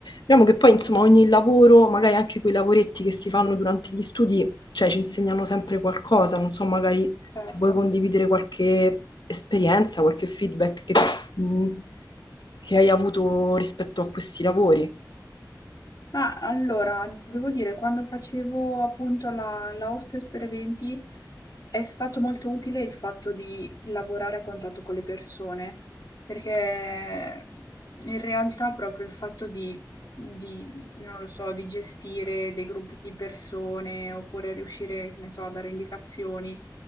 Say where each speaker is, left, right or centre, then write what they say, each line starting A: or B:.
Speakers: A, on the left; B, on the left.
A: Diciamo che poi insomma ogni lavoro, magari anche quei lavoretti che si fanno durante gli studi, cioè ci insegnano sempre qualcosa, non so, magari
B: certo.
A: se vuoi condividere qualche esperienza, qualche feedback che, mh, che hai avuto rispetto a questi lavori.
B: Ma allora, devo dire, quando facevo appunto la la hostess per eventi, è stato molto utile il fatto di lavorare a contatto con le persone, perché eh, in realtà proprio il fatto di di non lo so, di gestire dei gruppi di persone oppure riuscire, che ne so, a dare indicazioni,